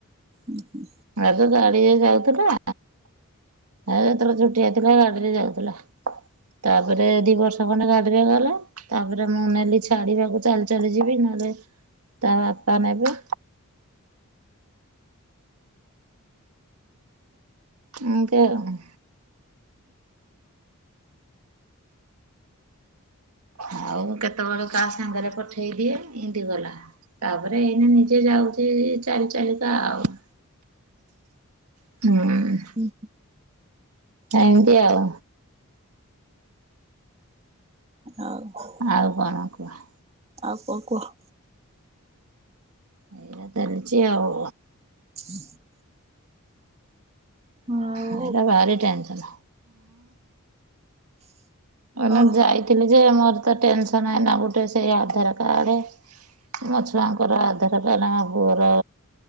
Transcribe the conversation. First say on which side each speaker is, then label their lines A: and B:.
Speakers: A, on the right (about 30°); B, on the right (about 85°).
A: ହୁଁ ହୁଁ
B: ଆଗେ ଗାଡ଼ି ରେ ଯାଉଥିଲା ଆଉ ଯେତେବେଳେ ଛେଟିଆ ଥିଲା ଗାଡ଼ିରେ ଯାଉଥିଲା ତାପରେ ଦି ବର୍ଷ ଖଣ୍ଡେ ଗାଡିରେ ଗଲା ତାପରେ ମୁଁ ନେଲି ଛାଡିବାକୁ ଚାଲି ଚାଲି ଯିବି ନହେଲେ ତା ବାପା ନେବେ। ଏମିତି ଆଉ। ଆଉ ମୁଁ କେତେବେଳେ କାହା ସାଙ୍ଗରେ ପଠେଇ ଦିଏ ଏମତି ଗଲା ତାପରେ ଏଇନା ନିଜେ ଯାଉଛି ଚାଲି ଚାଲିକା ଆଉ। ହୁଁ।
A: ହୁଁ।
B: ଏମିତି ଆଉ।
A: ଆଉ କଣ?
B: ଆଉ କଣ କୁହ?
A: ଆଉ କଂ କୁହ।
B: ଏମିତି ଚାଲିଛି ଆଉ।
A: <inaudible> ଆଉ
B: ଆଇରା ଭାରି ଟେନସନ୍। କହନା
A: ଓ
B: ଯାଇଥିଲି ଯେ ମୋର ତ ଟେନସନ ଏଇନା ଗୋଟେ ସେଇ ଆଧାର କାର୍ଡ। ମୋ ଛୁଆଙ୍କର ଆଧାର କାର୍ଡ ମୋ ପୁଅର